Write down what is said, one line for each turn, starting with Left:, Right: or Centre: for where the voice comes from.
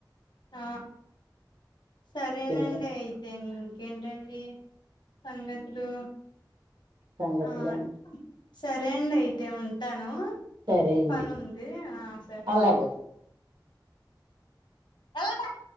Left: ఆ సరేనండి
Right: ఇంకేంటండి
Left: అయితే ఇంకేంటండి సంగతులు
Right: సంగతలు
Left: ఆ
Right: <unintelligible>
Left: సరే అండి అయితే ఉంటాను
Right: సరే అండి
Left: పని ఉంది ఆ సరే
Right: అలాగే
Left: <unintelligible>